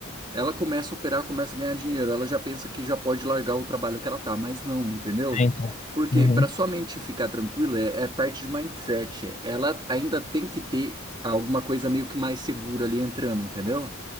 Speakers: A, on the right (about 20°); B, on the left (about 35°).
A: Ela começa a operar, começa a ganhar dinheiro. Ela já pensa que já pode largar o trabalho que ela tá, mas não, entendeu?
B: É, Então,
A: Porque
B: Uhum.
A: para sua mente ficar tranquila é, é parte de mindset. Ela ainda tem que ter alguma coisa meio que mais segura ali entrando, entendeu?